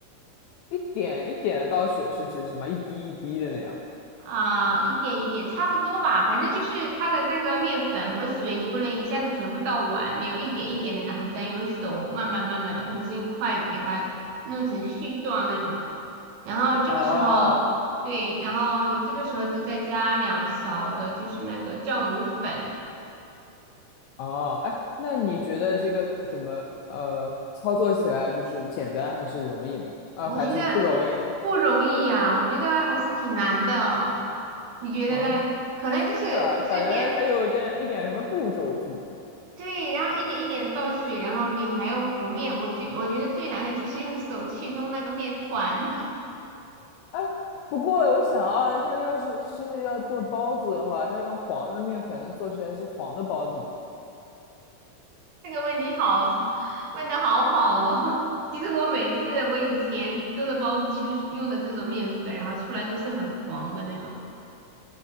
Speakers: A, on the left; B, on the right.
A: 一点一点的倒水是指什么？一滴一滴的那样。
B: 啊，一点一点，差不多吧。反正就是它的那个面粉和水，你不能一下子全部倒完，你要一点一点的，然后再用手慢慢慢慢的，或者是用筷子给它弄成絮状那种。然后这个时候，
A: 哦
B: 对，然后你这个时候就再加两勺的，就是那个酵母粉。
A: 哦，哎，那你觉得这个怎么呃操作起来就是简单还是容易呢？呃，
B: 我觉得
A: 还是不容易呢？
B: 不容易呀，我觉得还是挺难的。你觉得嘞？
A: 啊，
B: 可能就是就是面
A: 是啊，感觉还有点一点什么步骤什么的。
B: 对，然后一点一点的倒水，然后你还要和面。我最我觉得最难的就是用手去弄那个面团，
A: 哎，不过我想要，他要是是要做包子的话，他用黄的面粉能做出来是黄的包子吗？
B: <laughs> 这个问题好，问的好好哦。<laughs> 其实我每次我以前做的包子就是用的这种面粉，然后出来都是很黄的那种，